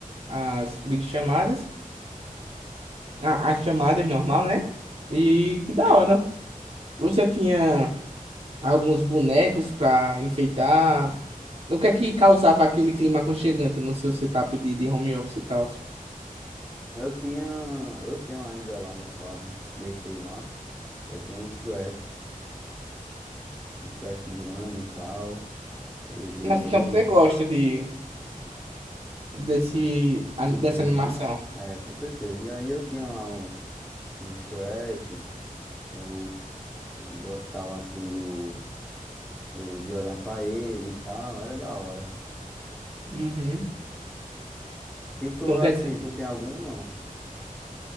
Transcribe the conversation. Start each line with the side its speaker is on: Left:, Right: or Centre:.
Right: as videochamadas. a- as chamadas normal, né? E que da hora. Você tinha alguns bonecos pra enfeitar. O que é que causava aquele clima aconchegante no seu setup de, de home office e tal?
Centre: Eu tinha, eu tenho ainda lá no caso, deixei lá. Eu tenho um Shrek, um Shrek grande e tal. Ele
Right: Nossa,
Centre: bem
Right: então você gosta de, desse, a-
Centre: Do
Right: dessa
Centre: filme,
Right: animação.
Centre: né? É, com certeza. E aí eu tinha lá um, um Shrek, eu gostava assim do, do de olhar pra ele e tal, era da hora.
Right: Uhum.
Centre: E tu
Right: Então
Centre: assim,
Right: quer dizer,
Centre: tu tem algum não?